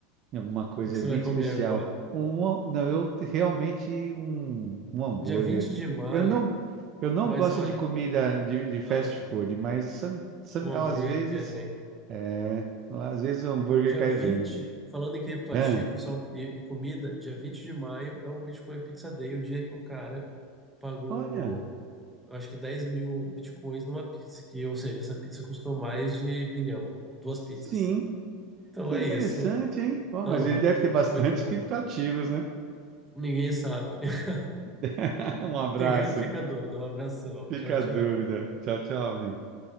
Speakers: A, on the right; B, in the centre.
A: em alguma coisa
B: que que você
A: bem
B: vai comer
A: especial.
B: agora?
A: Um, ham- não, eu realmente um, um hambúrguer.
B: Dia 20 de maio,
A: Eu não, eu não
B: mas
A: gosto
B: olha,
A: de comida de, de fast
B: ah,
A: food, mas some- some-
B: um hambúrguer
A: às vezes,
B: ele cai bem.
A: é, às vezes o hambúrguer
B: Dia
A: cai
B: 20,
A: bem.
B: falando em criptoativos
A: Ah,
B: só- e, e comida, dia 20 de maio é o Bitcoin Pizza Day, o dia que um cara pagou,
A: olha,
B: eu acho que dez mil bitcoins numa pizza, que, ou seja, essa pizza custou mais de bilhão, duas
A: sim.
B: pizzas. Então
A: Que
B: é
A: interessante,
B: isso.
A: hein? Ó,
B: Aham,
A: mas ele deve ter bastante
B: muito bom.
A: criptoativos, né?
B: Ninguém sabe. <laughs>
A: <laughs> Um abraço.
B: Fica, fica a dúvida. Um abração.
A: Fica
B: Tchau, tchau.
A: a dúvida. Tchau, tchau, amigo.